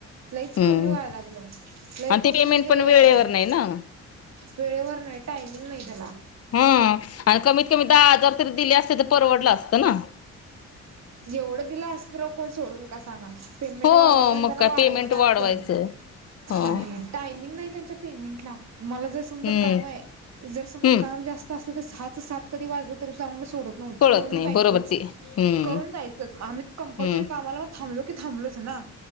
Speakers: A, on the right; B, on the left.
A: लयच
B: हम्म
A: कमी व्हाय लागलं लई
B: आणि
A: कमी
B: ते पेमेंट
A: म्हणजे
B: पण वेळेवर
A: <inaudible>
B: नाही ना.
A: वेळेवर नाही टायमिंग नाही त्याला
B: हा.. आणि कमीत कमी दहा हजार तरी दिले असते तर परवडलं असतं ना.
A: येवढं दिलं असत र कोण सोडून का सांगा <unintelligible> पेमेंट
B: हो
A: वाढवानंतर
B: मग
A: ना
B: काय
A: वाढव
B: पेमेंट
A: नात
B: वाढवायचं.
A: पण
B: हो
A: आणि टायमिंग नाही म त्यांच्या पेमेंटला, मला जर समजा
B: हम्म
A: काम आहे, जर समजा
B: हम्म.
A: काम जास्त असल तर सहाच सात कधी वाजलं तरीमला सोडत नव्हतत
B: कळत
A: करून
B: नाही
A: जायचंच.
B: बरोबर ते हम्म
A: करून जायचंच आम्ही कंपल्सरी
B: हम्म
A: कामाला थांबलो की थांबलोच ना..